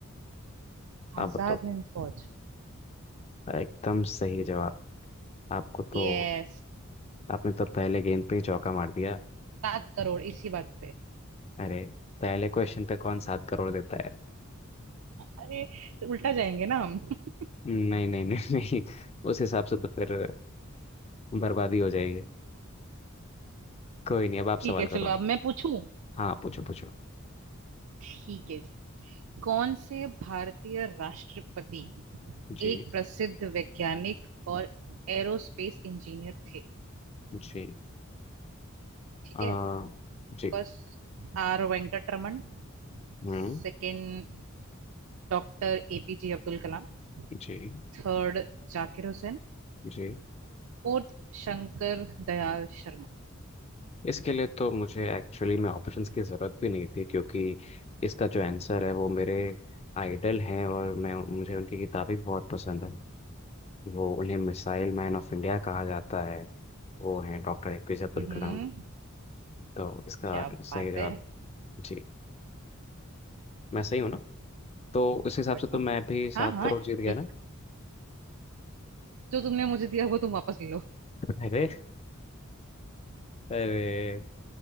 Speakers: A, on the left; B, on the right.
A: आप
B: आजाद
A: बताओ
B: हिंद फौज
A: एकदम सही जवाब आपको तो
B: यस
A: आपने तो पहले गेंद पे ही चौका मार दिया
B: सात करोड़ इसी बात पे
A: अरे पहले क्वेश्चन पे कौन सात करोड़ देता है
B: अरे तो उल्टा जाएंगे ना हम <laughs>
A: नहीं नहीं नहीं नहीं उस हिसाब से तो फिर बर्बादी हो जाएगी कोई नहीं अब आप सवाल
B: ठीक है
A: करो
B: चलो अब मैं पूछूं
A: हाँ पूछो पूछो
B: ठीक है जी कौन से भारतीय राष्ट्रपति
A: जी
B: एक प्रसिद्ध वैज्ञानिक और एरोस्पेस इंजीनियर थे
A: जी
B: ठीक
A: आ,
B: है
A: जी
B: First R Venkataraman
A: हम्म
B: Second doctor APJ Abdul Kalam
A: जी
B: Third Zakir Hussain
A: जी
B: Fourth Shankar Dayal Sharma
A: इसके लिए तो मुझे एक्चुअली में ऑप्शंस की ज़रूरत भी नहीं थी क्योंकि इसका जो आंसर है वो मेरे आइडल हैं और मैं मुझे उनकी किताबें बहुत पसंद है वो उन्हें मिसाइल मैन ऑफ इंडिया कहा जाता है वो हैं doctor A P J Abdul
B: हम्म
A: Kalam तो इसका
B: क्या
A: सही
B: बात
A: जवाब
B: है
A: जी मैं सही हूँ ना तो उस हिसाब
B: बढ़िया
A: से तो मैं भी सात
B: हाँ हाँ
A: करोड़ जीत गया
B: एक
A: ना
B: जो तुमने मुझे दिया वो तुम वापस ले लो
A: अरे अरे